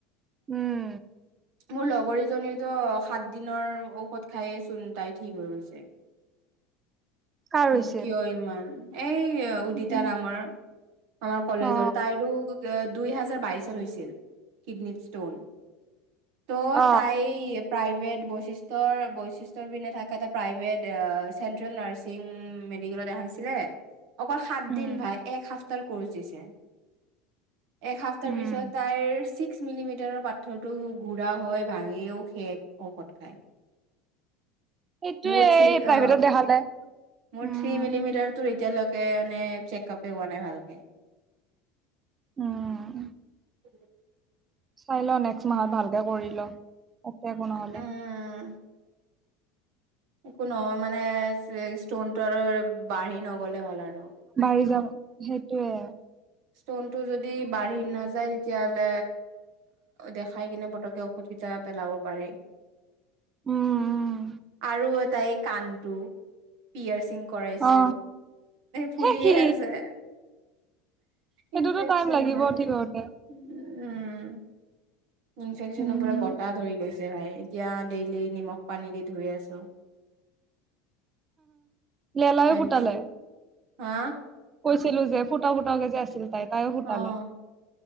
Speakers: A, on the right; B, on the right.
A: উম।
B: মোৰ লগৰীজনীৰতো সাত দিনৰ ঔষধ খায়েইচোন তাই ঠিক হৈ গৈছে।
A: কাৰ হৈছিল
B: মোক কিয় ইমান এই উদিতা
A: উম,
B: নামৰ আমাৰ কলেজৰ,
A: অ
B: তাইৰো অ দুই হোজাৰ বাইছত হৈছিল কিডনীত ষ্টোন। ত'
A: অ
B: তাই প্ৰাইভেট বৈশিষ্ট্য ৰ বৈশিষ্ট্য পিনে এটা থাকে প্ৰাইভেট অঁ চেন্ট্ৰেল ৰ্নাচ ম মেডিকেলতে দেখাইছিলে অকল হাত
A: উম
B: দিন ভাই এক সাত ক দিছে একসপ্তাহ
A: উম
B: পিছত তাইৰ ছিক্স মিলিমিটাৰৰ পাথৰটো ঘুৰা হয় ভাঙিও সেষ ঔষধ খায়।
A: সেইটোয়ে
B: মোৰ থ্ৰী
A: এই প্ৰাইভেটত
B: অ
A: দেখালে
B: মোৰ
A: উম
B: থ্ৰী মিলিমিটাৰ, তোৰ এতিয়া ম চেক আপে পোৱা নাই ভালকে।
A: উম।
B: <inaudible>
A: চাই ল নেক্সট মাহত ভালকে কৰি ল একে একো নহলে।
B: উম একো নহয় মানে ষ্টনটো আৰু বাঢ়ি নগলে হ'ল আৰু।
A: বাঢ়ি যাব সেইটোয়ে।
B: ষ্টন টো যদি বাঢ়ি নাযায় তেতিয়াহ'লে দেখাই কিনে পতকে ঔষধি জা পেলাব পাৰি।
A: উম উম
B: আৰু এটা এই কাণটো পিয়ৰ সিং কৰাইছো
A: অ
B: ফুলিয়ে
A: সেই কি
B: আছে।
A: সেইটোতো
B: ইনফেকচন
A: টাইম লাগিব
B: হয়!
A: ঠিক হওঁতে
B: উম ইনফেকচন
A: উম
B: পোৰা গটা ধৰি লৈছে। ভাই এতিয়া ডেইলি নিমখ পানী দি ধুই আছো।
A: লেলাইও
B: এনকে
A: ফুটালে
B: হা
A: কৈছিলো যে ফুটা ফুটাওকে যে আছিল তাই। তাইও ফুতালে
B: অ